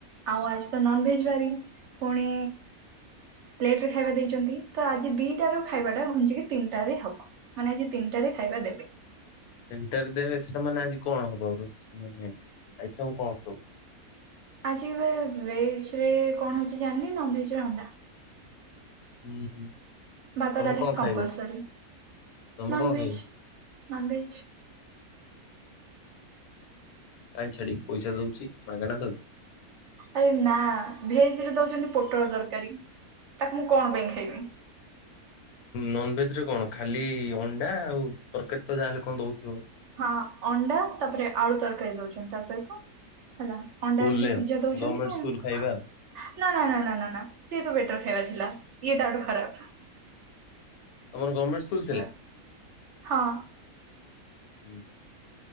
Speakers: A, on the right (about 65°); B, on the left (about 80°).
A: ଆଉ ଆଜି ତ ନନ ଭେଜ ବାରି ପୁଣି ଲେଟେରେ ଖାଇବା ଦେଇଚନ୍ତି ତ ଆଜି ଦିଇଟା ରୁ ଖାଇବା ଟା ଘୁଞ୍ଚିକି ତିନିଟା ରେ ହବ। ମାନେ ଆଜି ତିନିଟାରେ ଖାଇବା ଦେବେ।
B: ତିନିଟାରେ ଦେବେ ସେଟା ମାନେ ଆଜି କଣ ହବ ଆଇଟମ କଣ ସବୁ?
A: ଆଜି ଏବେ ଭେଜ ରେ କଣ ହୋଉଚି ଜାଣିନି ନନ ଭେଜ ରେ ଅଣ୍ଡା।
B: ହୁଁ ହୁଁ।
A: ଭାତ
B: ତମେ
A: ଡାଲି
B: କଣ
A: କମ୍ପଲସରି
B: ଖାଇବ ତମେ
A: ନନ
B: କଣ
A: ଭେଜ
B: ଖାଇବ
A: ନନ ଭେଜ।
B: କାଇଁ ଛାଡିବି ପଇସା ଦୋଉଚି ମାଗଣା ଦ
A: ଆରେ ନା ଭେଜ ରେ ଦୋଉଚିନ୍ତି ପୋଟଳ ତରକାରୀ ତାକୁ ମୁଁ କଣ ପାଇଁ ଖାଇବି।
B: ନନଭେଜ ରେ କଣ ଖାଲି ଅଣ୍ଡା ଆଉ ତରକାରୀ ତ ଯାହାହେଲେ କଣ ଦୋଉଥିବ?
A: ହଁ ଅଣ୍ଡା ତାପରେ ଆଳୁ ତରକାରୀ ଦୋଉଚନ୍ତି ତା ସହିତ। ହେଲା ଅଣ୍ଡା
B: ସ୍କୁଲରେ
A: ଏମିତି ସିଝା ଦୋଉଚନ୍ତି
B: ଗଭର୍ଣମେଣ୍ଟ ସ୍କୁଲ
A: ଆଉ। ନା
B: ଖାଇବା ଆଉ।
A: ନା ନା ନା ନା ନା ସିଏ ତ ବେଟର ଖାଇବା ଥିଲା ଇଏ ତ ତାଆଠୁ ଖରାପ୍।
B: ତମର ଗମେଣ୍ଟ ଇସ୍କୁଲ ଥିଲା
A: ହେଲା ହଁ
B: ହୁଁ।